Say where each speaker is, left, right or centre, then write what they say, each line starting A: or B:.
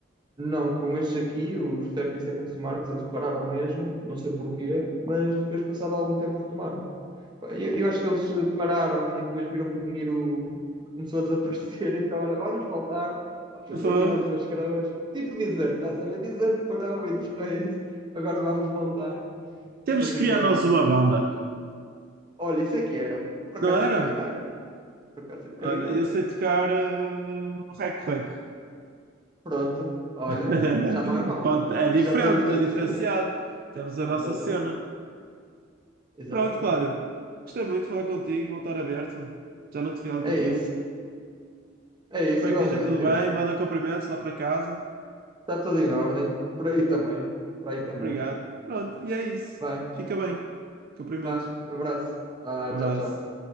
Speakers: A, on the right (about 20°); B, on the right (about 45°).
A: Não, com estes aqui, os 30 Seconds to Mars, eles pararam mesmo, não sei porquê, mas depois, passado algum tempo, retomaram. Pá, Eu, eu acho que eles pararam e depois viram que o dinheiro começou a desaparecer, <laughs> então, olha, vamos voltar, vamos fazer
B: Foi.
A: aqui mais umas croas. Tipo Desert, estás a ver? Desert parou e depois, <laughs> agora vamos voltar para
B: Temos
A: fazer
B: que
A: aqui
B: criar
A: algum,
B: nós uma banda,
A: Olha, isso aqui era. Procacete
B: não era?
A: com a guitarra. Procacete com
B: Olha,
A: a guitarra.
B: eu sei tocar uh, rec rec.
A: Pronto. Olha,
B: <laughs>
A: já não é mau.
B: Pronto, é diferente,
A: Já temos dois
B: é diferenciado.
A: instrumentos.
B: Temos a nossa
A: Exatamente.
B: cena.
A: Exatamente.
B: Pronto, Cláudio. Gostei muito de falar contigo, voltar a ver-te. Já não te vi há algum
A: É
B: tempo.
A: isso. É isso
B: Espero
A: igualmente,
B: que esteja tudo bem.
A: eu.
B: Manda cumprimentos lá para casa.
A: Está tudo em ordem. Por aí também. Por aí também.
B: Obrigado. Pronto, e é isso.
A: Vai.
B: Fica bem. Cumprimentos.
A: Vá. Abraço. Vá.
B: Abraço.
A: Tchau, tchau.